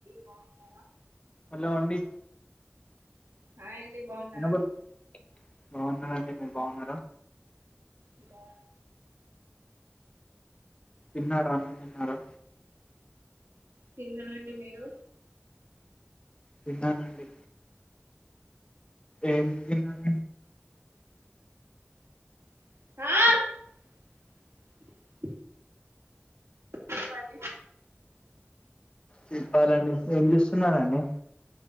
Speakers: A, on the right (about 80°); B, on the left (about 25°).
A: బాగున్నారా
B: హలో అండి
A: హాయ్ అండి బాగున్నారా
B: వినబడు బాగున్నానండి మీరు బాగున్నారు
A: ఇలా
B: తిన్నారా అన్నం తిన్నారా
A: తిన్నా అండి మీరు
B: తిన్నానండి ఏం తిన్నారు
A: ఆ చెప్పండి
B: చెప్పాలండి ఏం చేస్తున్నారండి